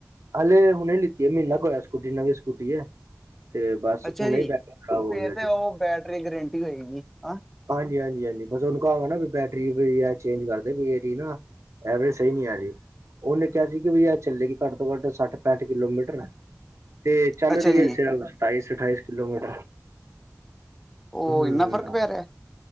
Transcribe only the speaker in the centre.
ਅੱਛਾ
ਜੀ,
ਉਹ
ਫੇਰ
ਤੇ ਉਹ ਬੈਟਰੇ ਦੀ ਗਰੰਟੀ ਹੋਏਗੀ, ਹਾਂ।
ਅੱਛਾ
ਜੀ
ਓ
ਇੰਨਾ ਫ਼ਰਕ ਪੈ ਰਿਹਾ